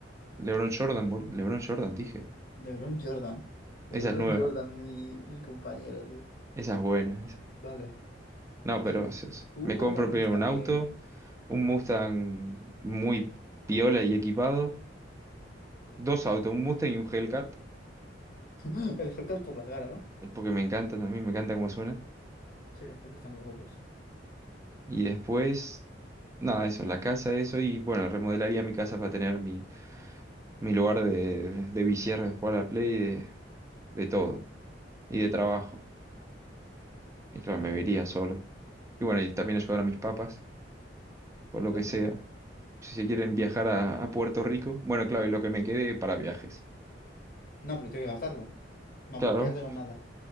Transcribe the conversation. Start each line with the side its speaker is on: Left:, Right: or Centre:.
Right: LeBron Jordan, bol- LeBron Jordan, dije.
Left: LeBron Jordan. LeBron
Right: Esa es nueva,
Left: Jordan, mi, mi compañero, tío.
Right: esa es buena, esa.
Left: Vale.
Right: No,
Left: Y
Right: pero es- es-
Left: tú
Right: me
Left: comprarías
Right: compro primero
Left: también
Right: un auto, un Mustang muy piola y equipado, dos autos, un Mustang y un Hellcat,
Left: <laughs> el haircut por la cara, ¿no?
Right: eh, porque me encanta también, me encanta cómo suena.
Left: Sí, los Hellcats están muy guapos.
Right: Y después, nada, eso, la casa, eso, y bueno, remodelaría mi casa para tener mi mi lugar de, de viciar, de jugar a la Play, de, de todo, y de trabajo. Y claro,
Left: Está
Right: me
Left: bien.
Right: viría solo. Y bueno, y también ayudar a mis papas, o lo
Left: Exacto.
Right: que sea. Si se quieren viajar a, a Puerto Rico, bueno, claro, y lo que me quede para viajes.
Left: No, pero tienes que gastarlo. No
Right: Claro,
Left: puedo quedarte con nada.